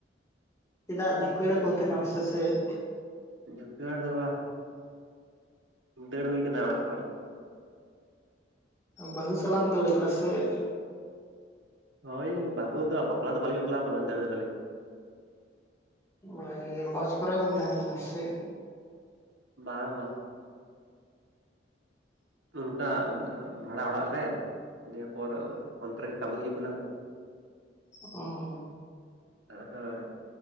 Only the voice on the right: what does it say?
ᱡᱩᱠᱷᱟᱹᱲ ᱫᱚ ᱵᱟ ᱫᱟᱹᱲ ᱦᱩᱭ ᱠᱟᱱᱟ ᱚᱲᱟᱜ ᱠᱷᱚᱡ
ᱦᱳᱭ ᱵᱟᱹᱦᱩ ᱫᱚ ᱵᱟᱯᱞᱟ ᱫᱚ ᱵᱟᱹᱞᱤᱧ ᱵᱟᱯᱞᱟᱣ ᱠᱟᱱᱟ ᱫᱟᱹᱲ ᱠᱟᱫᱟᱞᱤᱧ
ᱵᱟᱝ ᱵᱟᱝ ᱚᱱᱠᱟ ᱵᱷᱟᱲᱟ ᱚᱲᱟᱜ ᱞᱨᱮ ᱫᱤᱭᱮᱯᱚᱨ ᱚᱱᱛᱮ ᱨᱮᱜᱮ ᱠᱟᱹᱢᱤ ᱦᱩᱭᱩᱜ ᱠᱟᱱᱟ᱾
ᱮ ᱦᱳᱭ